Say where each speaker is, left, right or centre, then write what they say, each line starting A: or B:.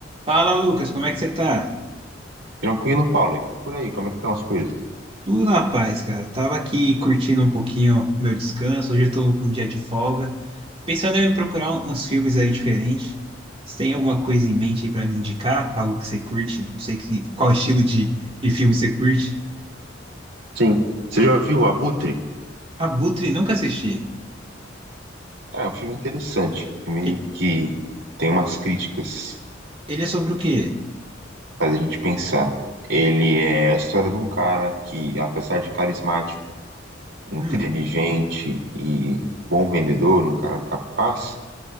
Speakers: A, on the right (about 30°); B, on the right (about 85°).
A: Fala, Lucas, como é que você tá?
B: Tranquilo, Paulo? E por aí, como é que estão as coisas?
A: Tudo na paz, cara. Tava aqui curtindo um pouquinho o meu descanso. Hoje eu tô com um dia de folga. Pensando em procurar um- uns filmes aí diferentes. Você tem alguma coisa em mente aí pra me indicar? Algo que você curte? Não sei que, qual estilo de, de filme você curte.
B: Sim. Você já viu o Abutre?
A: Abutre, nunca assisti.
B: É, é um filme interessante, um filme
A: Ele,
B: que tem umas críticas,
A: ele é sobre o quê?
B: faz a gente pensar. Ele é a história de um cara que, apesar de carismático, inteligente
A: Hum,
B: e bom vendedor, um cara capaz,